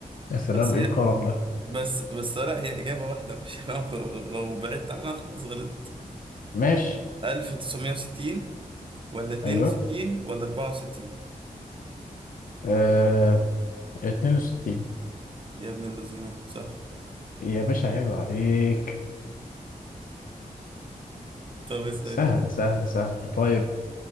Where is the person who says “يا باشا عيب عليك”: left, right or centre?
Left